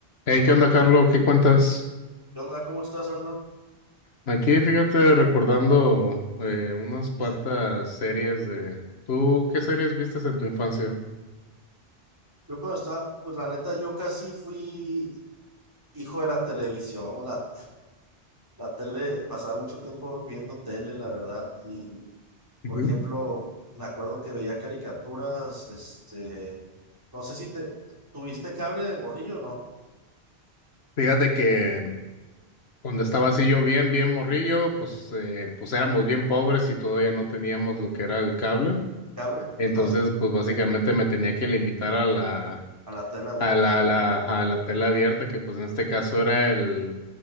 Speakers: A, on the left; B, on the right.
A: Hey, ¿qué onda, Carlos? ¿Qué cuentas?
B: ¿Qué onda? ¿Cómo estás, Arnold?
A: Aquí, fíjate, recordando eh, unas cuantas
B: ¿Qué?
A: series de... ¿Tú qué series vistes en tu infancia?
B: Yo cuando estaba, pues la neta, yo casi fui hijo de la televisión. La, la tele, pasaba mucho tiempo viendo tele, la verdad. Y,
A: Ujú.
B: por ejemplo, me acuerdo que veía caricaturas, este, no sé si te, ¿tuviste cable de morrillo o no?
A: Fíjate que cuando estaba así yo bien, bien morrillo, pues, eh, pues éramos bien pobres y todavía no teníamos lo que era el cable.
B: ¿Cable?
A: Entonces,
B: Ajá,
A: pues básicamente me tenía que limitar a la,
B: a la tele abierta.
A: a la, a la, a la tela abierta, que pues en este caso era el,